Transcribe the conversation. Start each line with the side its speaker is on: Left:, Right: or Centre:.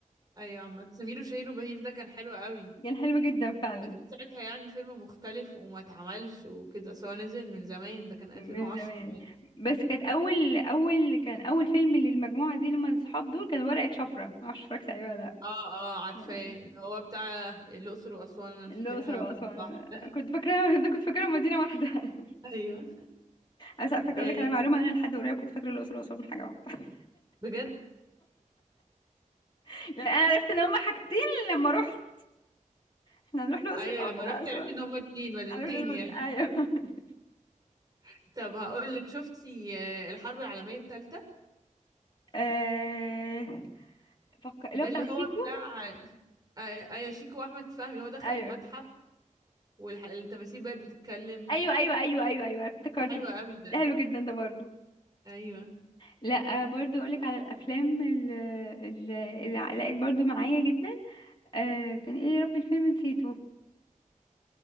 Right: ايوه عامة سمير وشهير وبهير ده كان حلو قوي
Left: كان حلو جدا فعلا
Right: ده كان ساعتها يعني فيلم مختلف وما اتعملش وكده بس هو نزل من زمان ده كان 2010
Left: من زمان
Right: باين.
Left: بس كانت اول اول كان اول فيلم للمجموعه دي لما الاصحاب دول كان ورقه شفره ما اعرفش اتفرجت عليه ولا
Right: اه اه عارفاه
Left: لا
Right: اللي هو بتاع الأقصر وأسوان انا فاكرها
Left: الاقصر واسوان
Right: بلد بحر لا،
Left: كنت فاكراها <laughs> ده كنت فاكره مدينه واحده <laughs>
Right: ايوه
Left: بس على فكره
Right: إيه.
Left: اقول لك على معلومه انا لحد قريب كنت فاكره الاقصر واسوان حاجه واحده
Right: بجد
Left: <laughs> يعني انا عرفت ان هما حاجتين لما رحت احنا هنروح الاقصر
Right: ايوه
Left: الاول
Right: لما رحت
Left: ولا اسوان
Right: عرفت ان هما اتنين مدينتين
Left: عرفت ان
Right: يعني
Left: هما- ايوه <laughs>
Right: <laughs> طب هقول لك شفتي آه، الحرب العالمية الثالثة
Left: آه، فك...
Right: ده
Left: اللي هو بتاع
Right: اللي هو
Left: شيكو
Right: بتاع آه، ايوه شيكو واحمد فهمي اللي هو دخل
Left: ايوه
Right: المتحف والتماثيل بقت بتتكلم
Left: ايوه ايوه ايوه ايوه ايوه افتكرته
Right: حلوة
Left: ده
Right: قوي ده
Left: حلو جدا ده برضو
Right: ايوه
Left: لا آه، برضو اقولك على الافلام ال- ال- اللي علقت برضو معايا جدا آه كان ايه يا ربي الفيلم نسيته